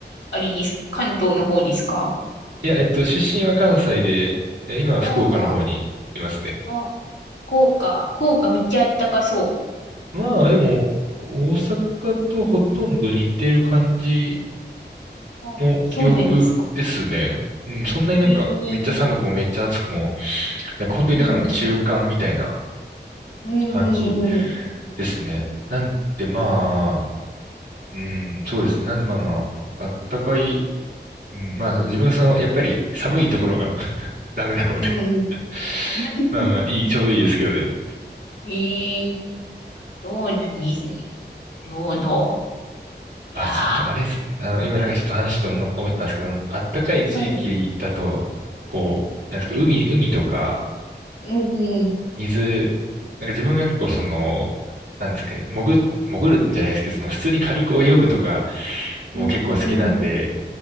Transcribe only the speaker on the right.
いや、えっと、出身は関西で、え今は福岡の方にいますね。
まあ、でも、大阪とほとんど似てる感じ
の記憶ですね。
うん、そんなになんか、
めっちゃ寒くもめっちゃ暑くも、なんか本当にだからもう中間みたいな
感じ
ですね。なんでまあ、
うん、そうですね。なんでまあまあ、あったかいうん、まあ、自分がその、やっぱり寒いところが <laughs> ダメなので
<laughs>
まあまあ、いい、ちょうどいいですけどね。
あ、ちょっとあれですね。あの、今なんかちょっと話と思、思ったんですけども、あったかい地域だと、
こう、なんですか、海、海とか、
水、なんか自分が結構その、なんですかね、潜、潜るんじゃないですけど、その普通に軽く泳ぐとかも結構好きなんで、